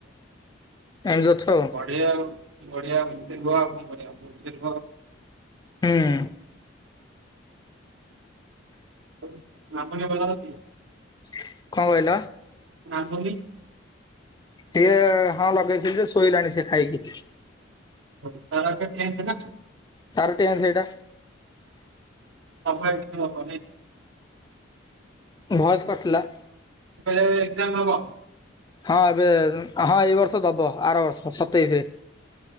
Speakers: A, on the left; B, on the right.
A: ଏମିତି ଅଛୁ ଆଉ।
B: ସେଇଆ ଆଉ ବଢିଆ ମୋତେ କୁହ ଆଉ କଣ କରିବା ଭଲସେ କୁହ?
A: ହୁଁ।
B: ଆଉ ମାମୁନୀ ଭଲ ଅଛି?
A: କଣ କହିଲ?
B: ମାମୁନୀ?
A: ସିଏ ହଁ ଲଗେଇଥିଲି ଯେ ଶୋଇଲାଣି ସେ ଖାଇକି।
B: <unintelligible>
A: ସାର ଟେନ୍ ସେଇଟା।
B: <unintelligible>
A: ଭଏସ କଟିଲା।
B: ମୁଁ କହିଲି ଏଜ୍ଜାମ ହବ।
A: ହଁ ଏବେ ହଁ ଏଇ ବର୍ଷ ଦବ ଆର ବର୍ଷ ସତେଇଶି ରେ।